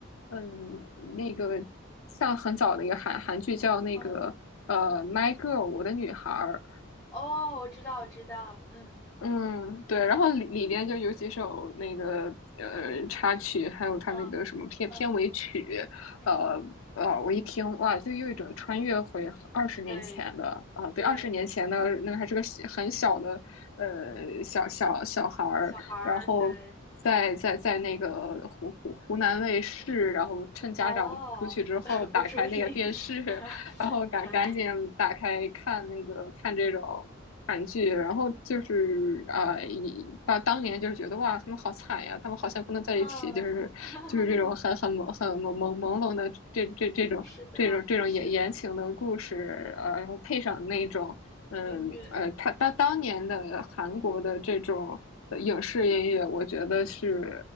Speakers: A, on the left (about 80°); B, on the left (about 20°).
A: 嗯，那个像很早的一个韩韩剧叫那个呃《My
B: 嗯，
A: Girl》我的女孩儿》，
B: 哦，我知道，我知道，嗯
A: 嗯，对，然后里里边就有几首那个呃插曲，还有他那个什么片片尾曲，
B: 嗯嗯，嗯嗯，
A: 呃呃，我一听哇，就又一种穿越回二十年前的啊，
B: 对
A: 对，
B: 对，
A: 二十年前的那个还是个小很小的呃小小小孩儿，
B: 小孩儿，
A: 然后在在在那个湖湖湖南卫视，
B: 对，
A: 然后趁家长出去之后打开那个电视，
B: 哦，<laughs> 不注意，
A: <laughs>
B: <laughs>
A: 然后赶赶紧打开看那个看这种。
B: 对，
A: 韩剧，然后就是啊，呃以当当年就是觉得哇，他们好惨呀，他们好像不能在一起，
B: 嗯，
A: 就是就是这种很很朦很朦朦朦胧的这这这种这种这种言言情的故事，
B: <laughs> 是的，是的，
A: 呃，然后配上那种嗯呃，
B: 音乐
A: 他当当年的韩国的这种呃影视音乐，我觉得是